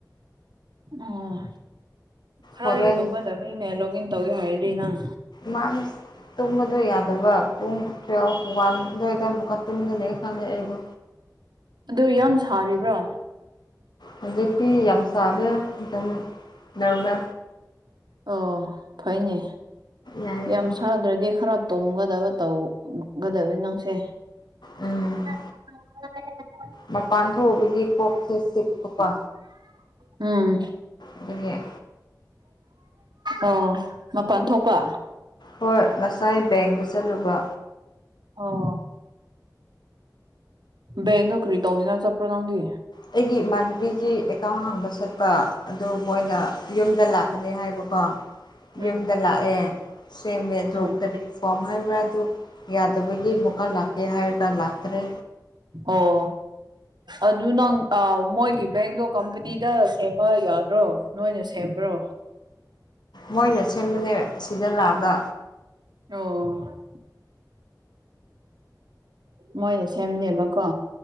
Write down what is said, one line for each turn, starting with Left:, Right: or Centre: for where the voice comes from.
Right: ꯑꯣ ꯈꯔꯗꯤ
Left: ꯍꯣꯔꯦꯟ
Right: ꯇꯣꯡꯒꯗꯕꯅꯤꯅꯦ ꯂꯣꯛꯒ ꯏꯟ ꯇꯧꯒꯦ ꯍꯥꯏꯔꯗꯤ ꯅꯪ
Left: ꯃꯥꯅꯤꯁ ꯇꯨꯝꯕꯗꯣ ꯌꯥꯗꯕ ꯄꯨꯡ ꯇꯨꯌꯦꯜꯐ ꯋꯥꯟ ꯑꯗꯨꯋꯥꯏꯗ ꯑꯃꯨꯛꯀ ꯇꯨꯝꯒꯅꯤ ꯈꯪꯉꯦ ꯑꯩꯗꯣ
Right: ꯑꯗꯨ ꯌꯥꯝ ꯁꯥꯔꯤꯕ꯭ꯔꯣ
Left: ꯍꯧꯖꯤꯛꯇꯤ ꯌꯥꯝ ꯆꯥꯔꯦ ꯑꯗꯨꯝ ꯅꯔꯃꯦ
Right: ꯑꯣ ꯐꯩꯅꯦ
Left: ꯌꯥꯏꯌꯦ
Right: ꯌꯥꯝ
Left: ꯍꯣꯏ
Right: ꯁꯥꯗ꯭ꯔꯗꯤ ꯈꯔ ꯇꯨꯝꯒꯗꯕ ꯇꯧꯒꯗꯕꯅꯤ ꯅꯪꯁꯦ
Left: ꯎꯝ
Right: <inaudible>
Left: ꯃꯄꯥꯟ ꯊꯣꯛꯎꯕꯒꯤ ꯀꯣꯛꯁꯦ ꯆꯤꯛꯄ
Right: ꯎꯝ
Left: ꯑꯗꯨꯗꯒꯤ
Right: ꯑꯣ ꯃꯄꯥꯟ ꯊꯣꯛꯄ
Left: ꯍꯣꯏ ꯉꯁꯥꯏ ꯕꯦꯡꯗ ꯆꯠꯂꯨꯕ
Right: ꯑꯣ ꯕꯦꯡꯗꯣ ꯀꯔꯤ ꯇꯧꯅꯤꯉꯥꯏ ꯆꯠꯄ꯭ꯔꯣ ꯅꯪꯗꯤ
Left: ꯑꯩꯒꯤ ꯏꯃꯥꯟꯅꯕꯤꯒꯤ ꯑꯦꯀꯥꯎꯟ ꯍꯥꯡꯕ ꯆꯠꯄ ꯑꯗꯨ ꯃꯣꯏꯅ ꯌꯨꯝꯗ ꯂꯥꯛꯀꯅꯤ ꯍꯥꯏꯕꯀꯣ
Right: <inaudible>
Left: ꯌꯨꯝꯗ ꯂꯥꯛꯑꯦ ꯁꯦꯝꯃꯦꯗꯣ
Right: ꯎꯝ
Left: ꯀꯔꯤ ꯀꯣꯝ ꯍꯥꯏꯕ꯭ꯔꯥ ꯑꯗꯨ ꯌꯥꯗꯕꯒꯤ ꯑꯃꯨꯛꯀ ꯂꯥꯛꯀꯦ ꯍꯥꯏꯔꯒ ꯂꯥꯛꯇ꯭ꯔꯦ
Right: ꯑꯣ ꯑꯗꯨ ꯅꯪ ꯃꯣꯏꯒꯤ ꯕꯦꯡꯗꯣ ꯀꯝꯄꯅꯤꯗ ꯁꯦꯝꯕ ꯌꯥꯗ꯭ꯔꯣ ꯅꯣꯏꯅ ꯁꯦꯝꯕ꯭ꯔꯣ
Left: ꯃꯣꯏꯅ ꯁꯦꯝꯕꯅꯦ ꯁꯤꯗ ꯂꯥꯛꯑꯒ
Right: ꯑꯣ ꯃꯣꯏꯅ ꯁꯦꯝꯅꯦꯕꯀꯣ